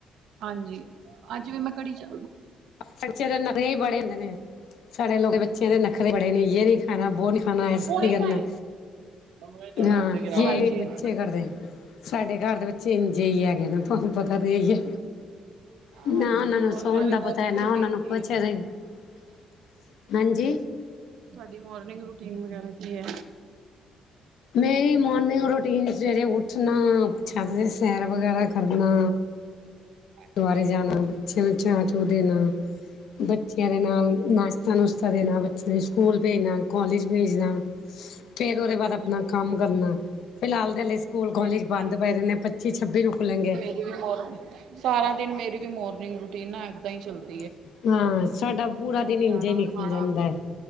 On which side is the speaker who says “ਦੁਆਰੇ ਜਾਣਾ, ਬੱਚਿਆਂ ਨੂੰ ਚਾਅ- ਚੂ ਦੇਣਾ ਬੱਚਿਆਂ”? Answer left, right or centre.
Left